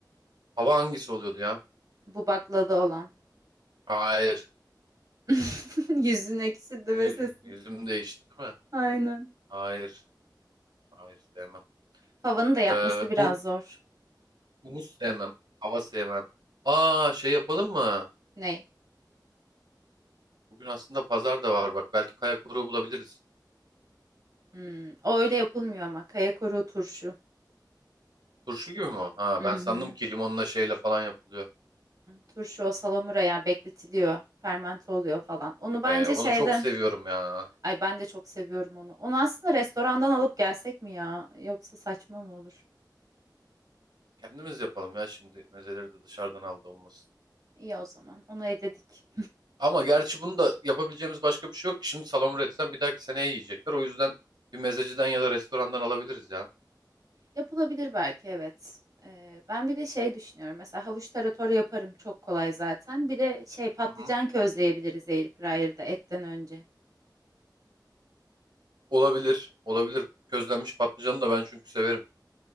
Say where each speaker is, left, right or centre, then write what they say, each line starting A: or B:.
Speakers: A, on the right (about 75°); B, on the right (about 55°).
A: Hava hangisi oluyordu ya?
B: Bu baklada olan.
A: Hayır.
B: <laughs> Yüzün ekşidi
A: Yü-
B: ve sesin.
A: <laughs> Yüzüm değişti değil mi?
B: Aynen.
A: Hayır. Hayır sevmem.
B: Favanın da yapması
A: Ee,
B: biraz
A: hu-
B: zor.
A: humus sevmem. Hava sevmem. Aa şey yapalım mı?
B: Ney?
A: Bugün aslında pazar da var bak. Belki kaya koruğu bulabiliriz.
B: Hmm, O öyle yapılmıyor ama. Kaya koruğu turşu.
A: Turşu gibi mi o? Ha
B: Hı-hı.
A: ben sandım ki limonla şeyle falan yapılıyor.
B: Turşu o salamura ya bekletiliyor. Fermente oluyor falan.
A: Hmm,
B: Onu
A: hadi
B: bence
A: be. Onu
B: şeyden.
A: çok seviyorum ya.
B: Ay ben de çok seviyorum onu. Onu aslında restorandan alıp gelsek mi ya? Yoksa saçma mı olur?
A: Kendimiz yapalım ya şimdi. Mezeleri de dışarıdan aldı olmasın.
B: İyi o zaman. Onu eledik.
A: Ama gerçi bunu da yapabileceğimiz başka bir şey yok. ki. Şimdi salamura etsem bir dahaki seneye yiyecekler. O yüzden bir mezeciden ya da restorandan alabiliriz ya.
B: Yapılabilir belki evet. Ee, ben bir de şey düşünüyorum. Mesela havuç tarator yaparım çok kolay zaten. Bir de şey patlıcan
A: Hı hı.
B: közleyebiliriz airfryer'da etten önce.
A: Olabilir. Olabilir. Közlenmiş patlıcanı da ben çünkü severim.